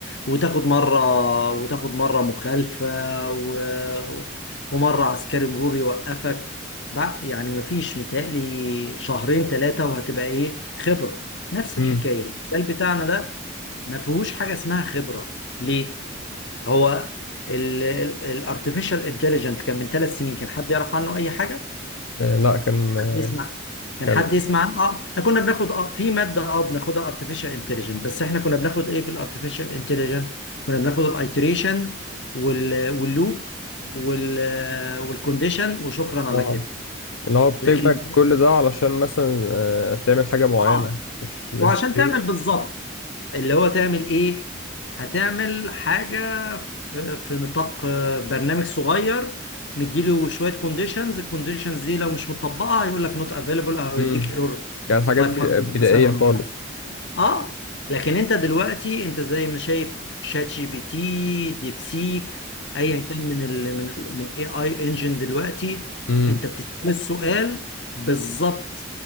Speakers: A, on the left; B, on the left.
A: وتاخد مرة وتاخد مرة مخالفة و... ومرة عسكري مرور يوقفك بقى يعني مفيش متهيألي شهرين ثلاثة وهتبقى ايه خبرة نفس
B: امم
A: الحكاية المجال بتاعنا ده ما فيهوش حاجة اسمها خبرة ليه؟ هو الارتفيشال انتليجنت كان من ثلاث سنين كان حد يعرف عنه اي حاجة
B: آه، لا كان آه،
A: حد يسمع كان
B: كان
A: حد يسمع عنه؟ اه احنا كنا بناخد اه في ماده اه بناخدها ارتفيشال انتليجنت بس احنا كنا بناخد ايه في الارتفيشال انتليجنت كنا بناخد الايتريشن وال واللوب وال والكونديشن وشكرا على
B: اه
A: كده
B: اللي هو بتجمع
A: لكن
B: كل ده علشان مثلا آه، تعمل حاجة معينة
A: اه
B: مش مفيش
A: وعشان تعمل بالظبط اللي هو تعمل ايه هتعمل حاجة في, في نطاق آه، برنامج صغير مديله شوية كونديشنز الكونديشنز دي لو مش مطبقة هيقول لك نوت افيلبل او
B: امم
A: يديك ايرور
B: كانت حاجات
A: 500
B: بد- بدائية
A: مثلا ولا
B: خالص
A: اه لكن انت دلوقتي انت زي ما شايف شات جي بي تي ديبسيك ايا كان من ال من ال من اي اي انجن دلوقتي
B: امم
A: انت بتسأل السؤال بالظبط